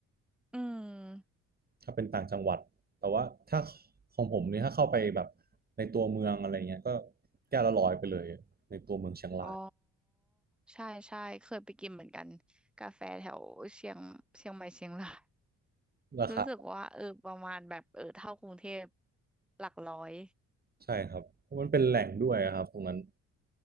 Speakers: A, in the centre; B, on the right (about 30°).
A: อืม
B: ถ้าเป็นต่างจังหวัดแต่ว่าถ้าของผมนี่ถ้าเข้าไปแบบในตัวเมืองอะไรเงี้ยก็แก้วละร้อยไปเลยในตัวเมืองเชียงราย
A: อ๋อใช่ใช่เคยไปกินเหมือนกันกาแฟแถวเชียงเชียงใหม่เชียงราย
B: ราคา
A: รู้สึกว่าเออประมาณแบบเออเท่ากรุงเทพหลักร้อย
B: ใช่ครับเพราะมันเป็นแหล่งด้วยอะครับตรงนั้น